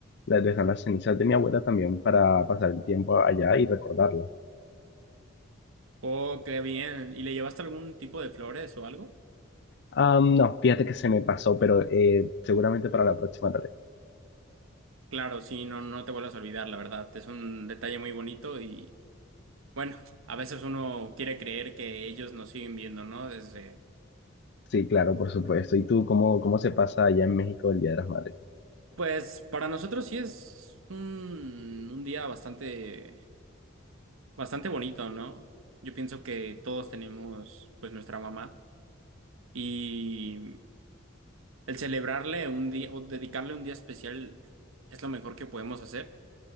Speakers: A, on the left; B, on the right.
A: la- donde están las cenizas de mi abuela también para pasar el tiempo allá y recordarla.
B: Oh, qué bien. ¿Y le llevaste algún tipo de flores o algo?
A: Am, no, fíjate que se me pasó, pero eh, seguramente para la próxima.
B: Claro, sí, no, no te vuelvas a olvidar, la verdad. Es un detalle muy bonito y... Bueno, a veces uno quiere creer que ellos nos siguen viendo, ¿no? Desde,
A: Sí, claro, por supuesto. ¿Y tú cómo, cómo se pasa allá en México el Día de las Madres?
B: Pues para nosotros sí es un, un día bastante, bastante bonito, ¿no? Yo pienso que todos tenemos pues nuestra mamá y el celebrarle un día o dedicarle un día especial es lo mejor que podemos hacer.